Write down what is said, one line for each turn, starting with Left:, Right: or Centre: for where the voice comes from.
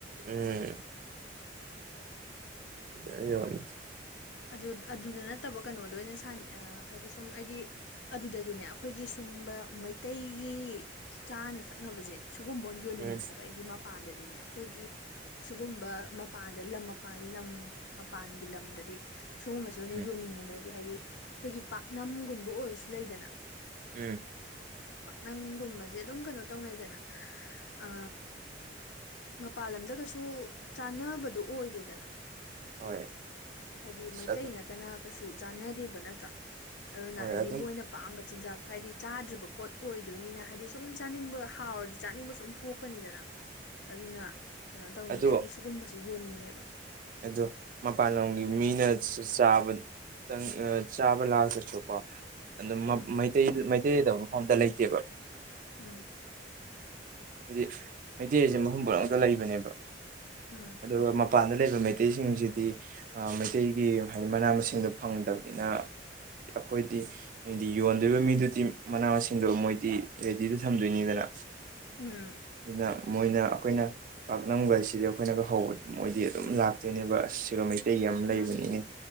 Right: ꯎꯝ꯫ <unintelligible>
Left: ꯑꯗꯨ ꯑꯗꯨꯗ ꯅꯠꯇꯕ ꯀꯩꯅꯣꯗꯣ ꯑꯣꯏꯅ ꯁꯥ ꯍꯥꯏꯗꯤ ꯁꯨꯝ ꯍꯥꯏꯗꯤ ꯑꯗꯨꯗꯗꯤꯅꯦ ꯑꯩꯈꯣꯏꯒꯤ ꯁꯨꯝꯕ ꯃꯩꯇꯩꯒꯤ ꯆꯥꯅ ꯊꯛꯅꯕꯁꯦ ꯁꯨꯒꯨꯝꯕ ꯑꯣꯏ ꯌꯣꯟꯅꯤꯡꯉꯦ
Right: ꯎꯝ
Left: ꯍꯥꯏꯕ ꯑꯩꯗꯤ ꯃꯄꯥꯟꯗꯗꯤꯅꯦ ꯑꯩꯈꯣꯏꯒꯤ ꯁꯤꯒꯨꯝꯕ ꯃꯄꯥꯟꯗ ꯂꯝ ꯃꯄꯥꯟ ꯂꯝ ꯃꯄꯥꯟꯒꯤ ꯂꯝꯗꯗꯤ ꯁꯒꯨꯝꯕꯁꯦ ꯑꯣꯏꯅ
Right: ꯎꯝ
Left: ꯌꯣꯟꯅꯤꯡꯉꯦꯕ ꯑꯩꯗꯤ ꯍꯥꯏꯗꯤ ꯑꯩꯈꯣꯏꯒꯤ ꯄꯥꯛꯅꯝꯒꯨꯝꯕ ꯑꯣꯏꯔꯁꯨ ꯂꯩꯗꯅ꯫
Right: ꯎꯝ꯫
Left: ꯄꯥꯛꯅꯝꯒꯨꯝꯕꯁꯦ ꯑꯗꯨꯝ ꯀꯩꯅꯣ ꯇꯧꯅꯩꯗꯅ ꯑ ꯃꯄꯥꯟ ꯂꯝꯗ ꯀꯩꯁꯨ ꯆꯥꯟꯅꯕꯗꯣ ꯑꯣꯏꯗꯦꯗꯅ꯫
Right: ꯍꯣꯏ꯫
Left: ꯍꯥꯏꯗꯤ ꯃꯩꯇꯩ
Right: ꯑꯗꯨ
Left: ꯅꯠꯇꯅ ꯀꯩꯁꯨ ꯆꯥꯟꯅꯗꯦꯕ ꯅꯠꯇ꯭ꯔꯥ ꯑꯗꯨꯅ
Right: ꯍꯣꯏ
Left: ꯍꯥꯏꯗꯤ
Right: ꯑꯗꯨꯝ
Left: ꯃꯣꯏꯅ ꯄꯥꯝꯕ ꯆꯤꯟꯖꯥꯛꯇꯣ ꯍꯥꯏꯗꯤ ꯆꯥꯗ꯭ꯔꯤꯕ ꯄꯣꯠ ꯑꯣꯏꯗꯣꯏꯅꯤꯅ ꯍꯥꯏꯗꯤ ꯁꯨꯝ ꯆꯥꯅꯤꯡꯕ ꯍꯥꯎꯔꯗꯤ ꯆꯥꯅꯤꯡꯕ ꯁꯨꯝ ꯄꯣꯛꯀꯅꯤꯗꯅ ꯑꯗꯨꯅ ꯀꯩꯅꯣ ꯇꯧꯅꯤꯡꯉꯤ
Right: ꯑꯗꯨ
Left: ꯑꯩꯗꯤ ꯁꯤꯒꯨꯝꯁꯦ ꯌꯣꯟꯅꯤꯡꯉꯦꯕ꯫
Right: ꯑꯗꯨ ꯃꯄꯥꯟ ꯂꯝꯒꯤ
Left: ꯎꯝ
Right: ꯃꯤꯅ ꯆꯥꯕ ꯈꯤꯇꯪ ꯆꯥꯕ ꯂꯥꯛꯇ꯭ꯔꯁꯨ ꯀꯣ ꯑꯗꯨꯝ
Left: ꯎꯝ
Right: ꯃꯩꯇꯩ ꯃꯩꯇꯩꯗꯕ ꯃꯐꯝ ꯑꯝꯇ ꯂꯩꯇꯦꯕ
Left: ꯎꯝ
Right: ꯍꯥꯏꯗꯤ ꯃꯩꯇꯩ ꯍꯥꯏꯁꯦ ꯃꯐꯝ ꯄꯨꯝꯅꯃꯛꯇ ꯂꯩꯕꯅꯦꯕ
Left: ꯎꯝ
Right: ꯑꯗꯨꯒ ꯃꯄꯥꯟꯗ ꯂꯩꯕꯩ ꯃꯩ ꯃꯩꯇꯩꯁꯤꯡꯁꯤꯗꯤ ꯃꯩꯇꯩꯒꯤ ꯍꯥꯏꯗꯤ ꯃꯅꯥ ꯃꯁꯤꯡꯗꯣ ꯐꯪꯗꯕꯅꯤꯅ ꯑꯩꯈꯣꯏꯗꯤ ꯍꯥꯏꯗꯤ ꯌꯣꯟꯗꯣꯏꯔꯤꯕ ꯃꯤꯗꯨꯗꯤ ꯃꯅꯥ ꯃꯁꯤꯡꯗꯣ ꯃꯣꯏꯗꯤ ꯔꯦꯗꯤꯗ ꯊꯝꯗꯣꯏꯅꯤꯗꯅ
Left: ꯎꯝ
Right: ꯑꯗꯨꯅ ꯃꯣꯏꯅ ꯑꯩꯈꯣꯏꯅ ꯄꯥꯛꯅꯝꯒ ꯍꯥꯏꯁꯤꯗꯤ ꯑꯩꯈꯣꯏꯅꯒ ꯍꯧꯕꯗꯨ ꯃꯣꯏꯗꯤ ꯑꯗꯨꯝ ꯂꯥꯛ ꯇꯣꯏꯅꯦꯕ ꯑꯁ ꯁꯤꯗ ꯃꯩꯇꯩꯒꯤ ꯑꯝ ꯂꯩꯕꯅꯤꯅꯦ
Left: ꯃꯥ